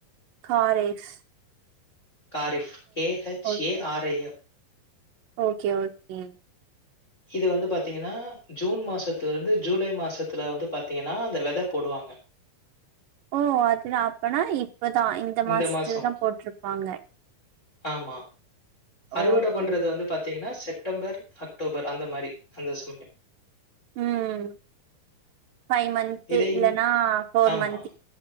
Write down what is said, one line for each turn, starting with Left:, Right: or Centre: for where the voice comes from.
Right: காரேஸ்
Left: kharif K H
Right: okay
Left: A R
Right: okay okay
Left: இது வந்து பாத்தீங்கனா ஜூன் மாசத்துல இருந்து ஜூலை மாசத்துல வந்து பாத்தீங்கனா அந்த வெத போடுவாங்க ‌
Right: ஓ அதுல அப்பனா இப் இப்பதா ‌இந்த
Left: இந்த
Right: மாசத்துல
Left: மாசம்.
Right: தா போட்ருப்பாங்க
Left: ஆமா அறுவட
Right: ஓகே
Left: பண்றது வந்து பாத்தீங்கனா செப்டம்பர் அக்டோபர் அந்த மாரி அந்த சமயம்
Right: உம் ஃபைவ் மந்த்த்
Left: இதே
Right: இல்லன்னா
Left: இன்
Right: போர்
Left: ஆமா,
Right: மந்த்